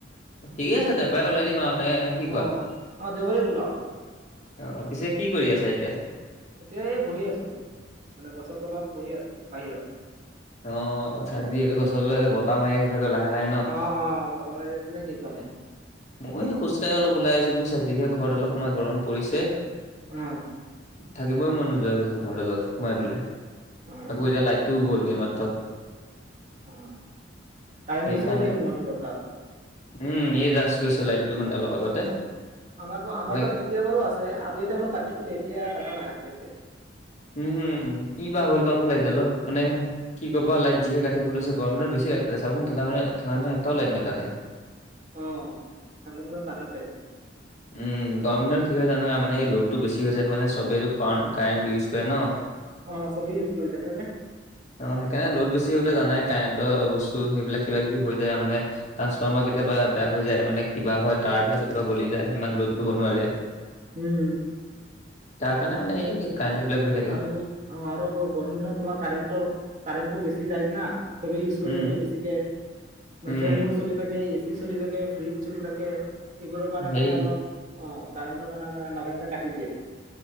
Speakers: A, on the left; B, on the right.
A: ঠিকেইে আছে দেওবাৰে ওলাই দিম আৰু নে কি কোৱা?
B: অ অ দেওবাৰে ওলাও
A: অ', পিছে কি কৰি আছা এতিয়া?
B: এতিয়াই বহি আছোঁ, মানে গছৰ তলত বহি আছোঁ বাহিৰত।
A: অ', যিহেতু গছৰ তলত এতিয়া বতাহ মাৰি আছে চাগে লাহে, লাহে। ন
B: অ', অ' বতাহ মাৰি আছে যে সেইকাৰণে।
A: মই খোজকাঢ়ি অলপ ওলাই আহিছোঁ বুজিছা, যিহে ঘৰৰ ডালত সোমাই গৰম পৰিছে।
B: উম।
A: থাকিবই মন নোযোৱা হৈ গৈছে ঘৰডালত সোমাই পেলাই,
B: অ
A: আকৌ এতিয়া লাইটটোও গ'ল এইমাত্ৰ।
B: অ', কাৰেণ্ট
A: সেইকাৰণে
B: গুচি গ'ল নেকি তোমাৰ লোকৰ তাত?
A: উম, এই জাষ্ট কৰিছে লাইটটো মানে অলপ আগতে
B: অ আমাৰ আমাৰ
A: মই
B: তাত এতিয়া বাৰু আছে আবেলি টাইমত কাটিছিলে এতিয়া কটা নাই আছে এতিয়া।
A: উম, কিবা হ'ল বা লাইটদালৰ মানে কি কবা লাইট যিহে কাটিব লৈছে, গৰম দিনত বেছি লাইট কাতে চাবাচোন, ঠাণ্ডা দিনত এটাও লাইট নাকাটে।
B: অ', ঠাণ্ডা দিনত নাকাটে।
A: উম, গৰম কি হয় জানা মানে এই লোডটো বেছি হৈছে মানে চবেই কাৰেণ্ট ইউজ কৰে ন।
B: অ', চবেই ইউজ কৰি থাকে যে।
A: অ', সেইকাৰণে ল'ড বেছি হ'লে জানাই কাৰেণ্টৰ বস্তু সেইবিলাক কিবা কিবি হৈ যায় আৰু মানে ট্ৰাঞ্চফ্মাৰ কেতিয়াবা বেয়া হৈ যায় মানে কিবা হয়, তাৰ বিলাক কেতিয়াবা গলি যায় সিমান লোড লব নোৱাৰে। <inaudible>
B: উম।
A: তাৰ কাৰণে মানে এই কাৰেণ্ট বেলেগ হয়
B: আৰু, অ', আৰু গৰম দিনত তোমাৰ কাৰেণ্টৰ কাৰেণ্টটো বেছি যায় না। চবে ইউজ কৰি
A: উম,
B: থাকে বেছিকে
A: উম,
B: বা ফেন বোৰ চলি থাকে। চলি থাকে, ফ্ৰিজ চলি থাকে এইবোৰৰ কাৰণে
A: হেৰি
B: মানে অলপ অ', কাৰেণ্টৰ মানে মাজে, মাজে কাতি দিয়ে।